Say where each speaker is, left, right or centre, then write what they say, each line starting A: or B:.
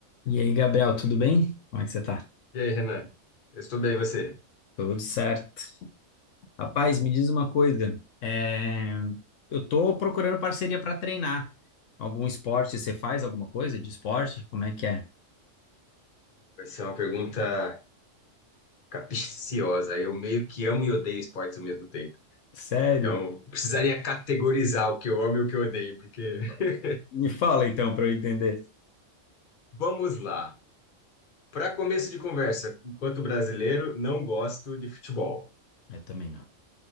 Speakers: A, on the left; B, on the left.
A: E aí, Gabriel, tudo bem? Como é que você tá?
B: E aí, Renan? Eu estou estudei você.
A: Tudo certo. Rapaz, me diz uma coisa. é, Eu tô procurando parceria para treinar. Algum esporte, você faz alguma coisa de esporte? Como é que é?
B: Vai ser uma pergunta capciosa. Eu meio que amo e odeio esportes ao mesmo tempo.
A: Sério?
B: Então, precisaria categorizar o que eu amo e o que eu odeio, porque <laughs>
A: Me fala então para eu entender.
B: vamos lá. Para começo de conversa, enquanto brasileiro, não gosto de futebol.
A: Eu também não.